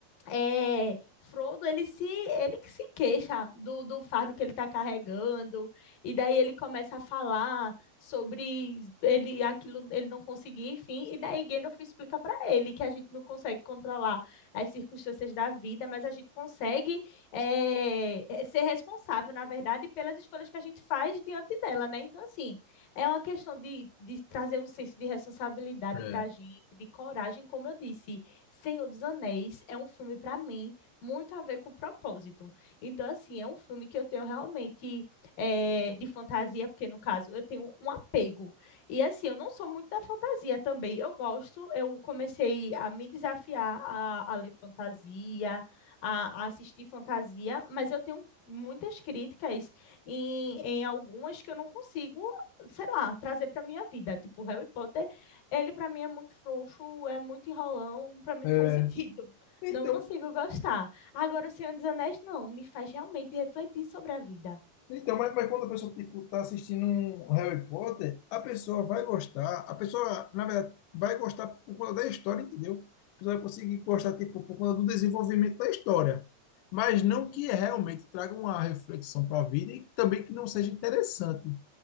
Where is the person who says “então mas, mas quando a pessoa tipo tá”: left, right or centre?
Left